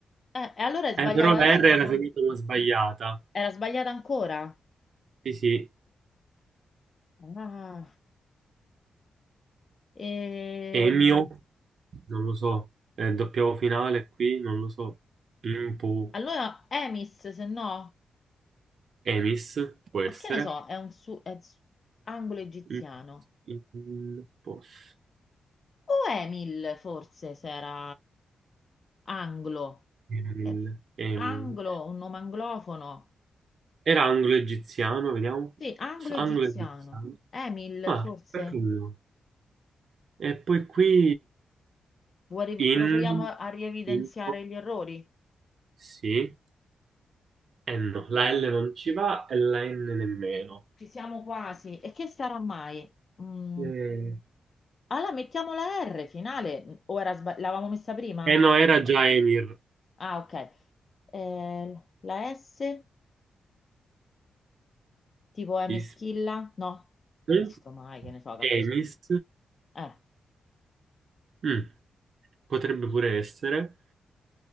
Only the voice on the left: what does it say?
eh, e allora è sbagliato
adesso.
ti
con-
Era sbagliata ancora?
Ah, ehm,
Allora, Emis, se no,
ma che ne so, è un su... è su- anglo egiziano.
O Emil, forse, se era... Anglo.
Eh,
anglo, un nome anglofono.
Sì, anglo-egiziano.
Emil,
forse?
Vuoi, ri- proviamo
a rievidenziare
gli errori?
Ci siamo quasi. E che sarà mai? Mm,
Allora, mettiamo la R finale. O era sba- l'avevamo messa prima?
Ah, ok. Eh, la S, tipo è meschilla?
No?
Visto mai, che ne so, che
ha preso... Eh,